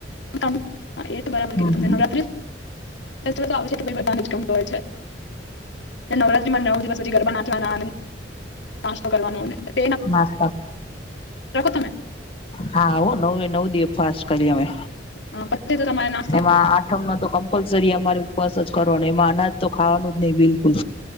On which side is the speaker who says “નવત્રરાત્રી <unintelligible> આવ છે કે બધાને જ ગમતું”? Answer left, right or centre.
Left